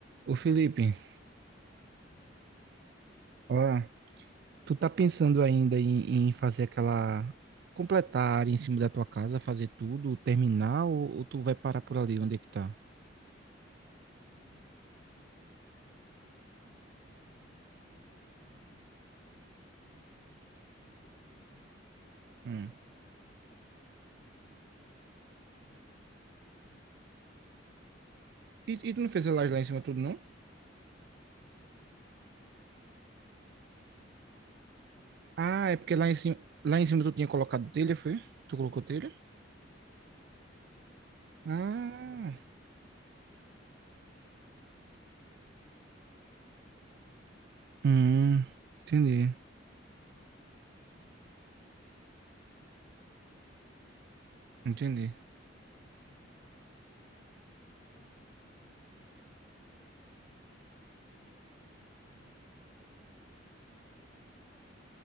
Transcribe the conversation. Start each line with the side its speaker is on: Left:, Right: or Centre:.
Right: Ô Felipe,
Left: Ô, João Davi,
Right: Ah, tu tá pensando ainda em, em fazer aquela, completar a área em cima da tua casa, fazer tudo, terminar, ou, ou tu vai parar por ali, onde é que tá?
Left: me- meu irmão, olha, eu fiz a maior parte, né? Eu lembro levantei as paredes todinha, coloquei as telhas todinha em cima.
Right: hum.
Left: Agora, na parte de trás, eu tô precisando fazer uma laje, ainda que vai ficar em cima do banheiro, entendeu?
Right: E, e tu não fez
Left: É
Right: a
Left: fi-
Right: laje lá em cima tudo, não?
Left: Não, não, não a parte de baixo, a parte em cima da parede agora, entendeu? Porque
Right: Ah,
Left: não vou
Right: é
Left: precisar.
Right: porque lá em cima, lá em cima tu tinha colocado telha, foi? Tu colocou telha?
Left: Então, eu já coloquei já as telhas todinha.
Right: Ah,
Left: Agora, tá faltando fazer a laje em cima do banheiro lá de trás, que é para colocar a caixa d'água, entendeu?
Right: hum, entendi,
Left: E, e também tem a laje do Fretão. Aí tá faltando só essas duas coisas. Levantar,
Right: entendi.
Left: levantar as duas lajes. Também tem uma paredezinha do banheiro que falta te- levantar também, que é para poder concluir as telhas. Ficou sobrando cinco telhas.